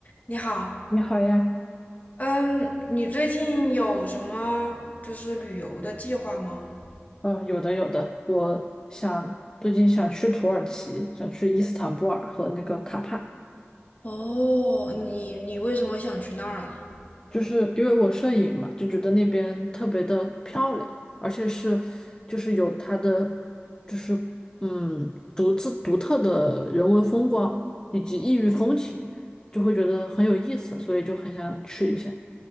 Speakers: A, on the left (about 40°); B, on the left (about 20°).
A: 你好，
B: 你好呀，
A: 嗯，你最近有什么就是旅游的计划吗？
B: 嗯，有的有的，我想最近想去土耳其，想去伊斯坦布尔和那个卡帕，
A: 哦，你你为什么想去那儿啊？
B: 就是因为我摄影嘛，就觉得那边特别的漂亮，而且是就是有它的就是嗯独自独特的人文风光以及异域风情，就会觉得很有意思，所以就很想去一下。